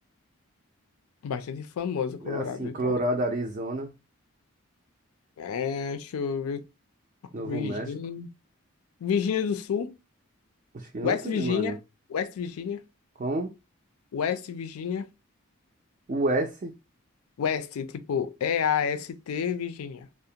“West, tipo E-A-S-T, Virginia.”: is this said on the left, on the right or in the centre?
Left